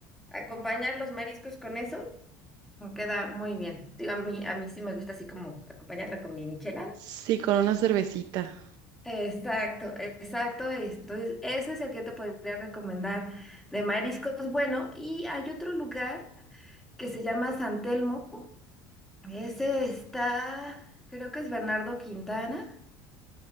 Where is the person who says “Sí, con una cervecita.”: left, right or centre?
Right